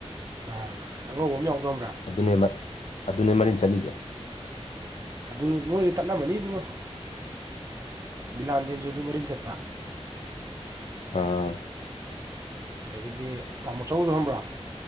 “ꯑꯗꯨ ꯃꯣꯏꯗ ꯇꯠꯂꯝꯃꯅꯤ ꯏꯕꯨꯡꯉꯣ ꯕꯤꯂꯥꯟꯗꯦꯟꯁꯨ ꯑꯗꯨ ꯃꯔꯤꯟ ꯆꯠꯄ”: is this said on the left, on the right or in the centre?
Right